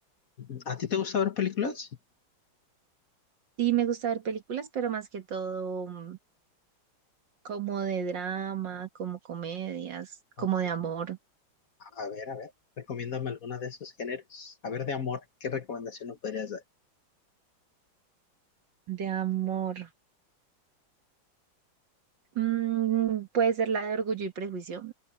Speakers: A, on the left (about 45°); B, on the right (about 65°).
A: Ujú. ¿A ti te gusta ver películas?
B: Sí, me gusta ver películas, pero más que todo mm, como de drama, como comedias,
A: Ok,
B: como de amor,
A: A ver, a ver. Recomiéndame alguna de esos géneros. A ver, de amor, ¿qué recomendación nos podrías dar?
B: de amor. Mm, puede ser la de Orgullo y Prejuicio,